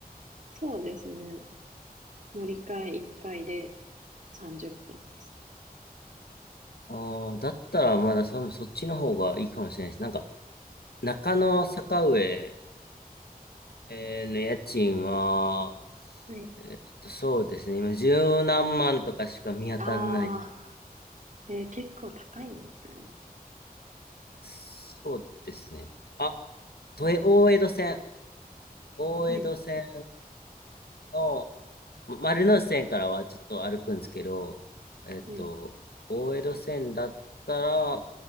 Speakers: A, on the right; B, on the left.
A: そうですね。乗り換え1回で30分です。
B: ああー、だったらまだそ、そっちの方がいいかもしれないです。なんか、中野坂上、えーの家賃は、
A: はい。
B: えーっと、そうですね。今、十何万とかしか見当たんない。
A: ああ、えー結構高いんですね。
B: そうですね。あ、都営、大江戸線。大江戸線
A: はい、
B: の、ま丸ノ内線からはちょっと歩くんですけど、えっと、
A: はい。
B: 大江戸線だったら、